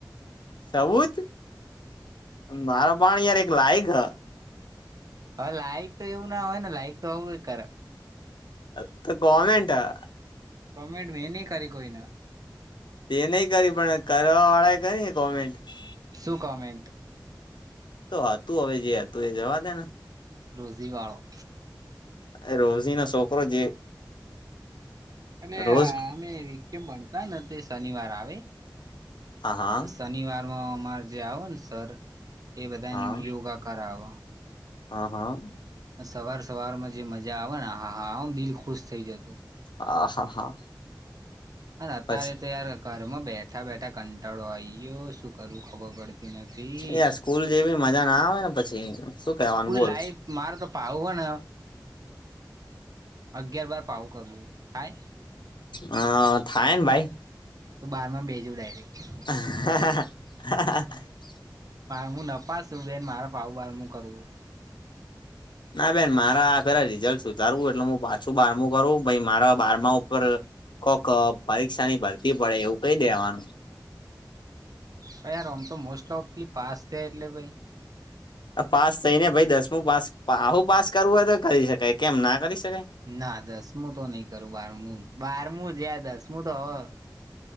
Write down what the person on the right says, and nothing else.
હવે લાઈક તો એવું ના હોય ને લાઈક તો આવું કરે.
કોમેન્ટ મે ની કરી કોઈના.
શું કમેન્ટ.
રૂઝી વાળો.
અને
અમે વ કેમ ભણતા ને તે શનિવાર આવે
શનિવારમાં અમારે જે આવો ને સર એ બધાને
યોગા કરાવો
સવાર સવારમાં જે મજા આવે ને હા હામ દિલ ખુશ થઈ જતું
અને અત્યારે
તો યાર ઘરમાં બેઠા બેઠા કંટાળો આ ગયો શું કરવું ખબર પડતી નથી
લાઈવ મારે તો પાવું હોય ને અગિયાર બાર પાવું કરવું થાય
તો બારમાં બેજવ ડાયરેક્ટ
મા હું નપશું બેન મારે ભાવ બાર નું કરવું
ભ ય આમ તો મોસ્ટ ઓફલી પાસ થયા એટલે ભાઈ
ના દસમું તો નઈ કરું બારમું બારમું જયા દસમું તો હવે